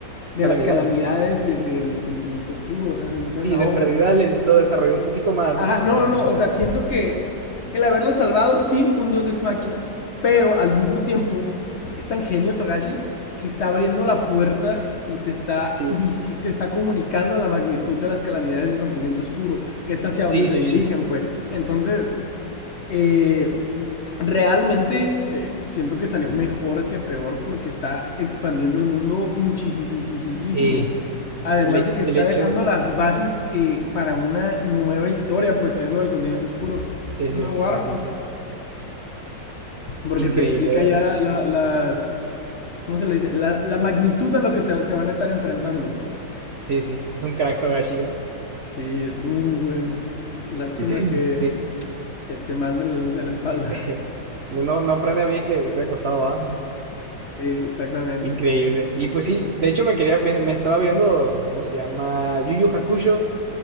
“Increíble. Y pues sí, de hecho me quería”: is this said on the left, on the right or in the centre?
Right